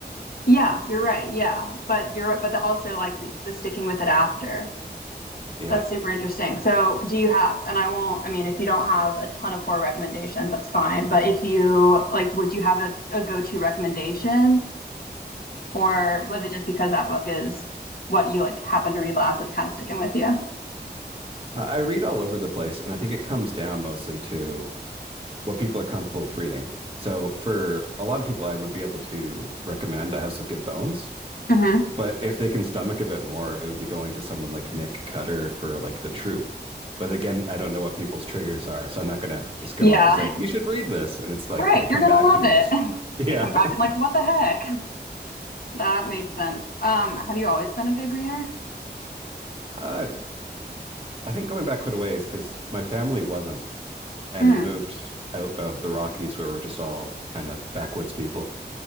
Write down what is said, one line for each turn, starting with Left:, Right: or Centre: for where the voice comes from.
Left: Yeah, you're right. Yeah. But you're but the, also like the, the sticking with it after.
Right: Yeah.
Left: That's super interesting. So, do you have and I won't I mean if you don't have a ton of horror recommendations, that's fine, but if you like would you have a, a go-to recommendation or was it just because that book is what you like happened to read last that's kind of sticking with you?
Right: I I read all over the place, and I think it comes down mostly to what people are comfortable with reading. So, for a lot of people, I would be able to recommend A House with Good Bones,
Left: Mm-hmm.
Right: but if they can stomach a bit more, it would be going to someone like Nick Cutter for like The Troop. But again, I don't know what people's triggers are, so I'm not gonna just go
Left: Yeah,
Right: out and say you
Left: <laughs>
Right: should read this, and it's like
Left: right.
Right: they come
Left: You're gonna
Right: back
Left: love
Right: to me
Left: it.
Right: just
Left: <laughs>
Right: yeah.
Left: I come back
Right: <laughs>
Left: and like, what the heck? That makes sense. Um, have you always been a big reader?
Right: Uh, I think going back quite a ways because my family wasn't, and
Left: Mm,
Right: we moved out of the Rockies where we're just all kind of backwoods people.